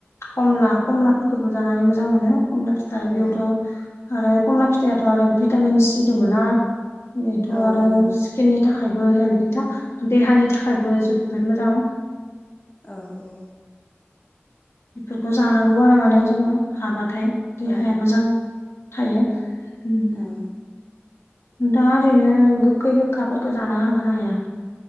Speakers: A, on the left; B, on the left.
A: कमला कमलाफोरखौबो जानानै मोजां मोनो कमला फिथाइ
B: औ
A: बेयावथ आरो कमला फिथाइयावथ आरो भिटामिन सि दङना बेथ
B: औ
A: आरो
B: औ नोंथां
A: स्किननि थाखायबो हेल्थनि देहानि थाखायबो जोबोद मोजां
B: औ औ
A: इफोरखौ जानांगौ आरो माने जोङो हाबाथाय देहाया
B: औ
A: मोजां थायो उम
B: औ
A: नोंथाङा ओरैनो गोखै गोखाफोरखौ जानो हागोन हाया